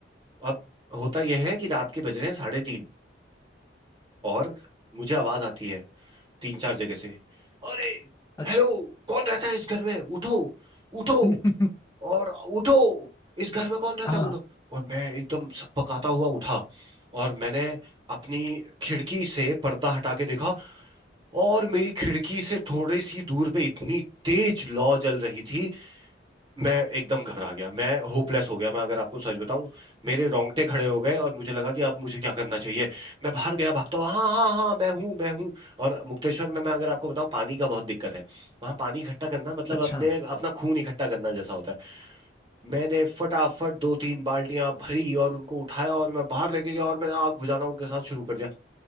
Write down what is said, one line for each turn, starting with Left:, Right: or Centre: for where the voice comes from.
Right: अब होता यह है कि रात के बज रहे हैं साढ़े तीन और मुझे आवाज आती है तीन चार जगह से अरे
Left: अच्छा
Right: हेलो कौन रहता है इस घर में उठो उठो
Left: <laughs>
Right: और उठो इस घर में कौन रहता
Left: हाँ
Right: है उठो और मैं एकदम सकपकाता हुआ उठा और मैंने अपनी खिड़की से पर्दा हटा के देखा और मेरी खिड़की से थोड़ी सी दूर पे इतनी तेज लौ जल रही थी मैं एकदम घबरा गया मैं होपलेस हो गया मैं अगर आपको सच बताऊं मेरे रोंगटे खड़े हो गए और मुझे लगा कि अब मुझे क्या करना चाहिए मैं बाहर गया भागता हुआ हाँ हाँ हाँ मैं हूँ मैं हूँ और मुक्तेश्वर में मैं अगर आपको बताऊं पानी का बहुत दिक्कत है वहाँ पानी इकट्ठा करना मतलब
Left: अच्छा
Right: अपने अपना खून इकट्ठा करना जैसा होता है मैंने फटाफट दो तीन बाल्टियां भरी और उनको उठाया और मैं बाहर लेके गया और मैंने आग बुझाना उनके साथ शुरू कर दिया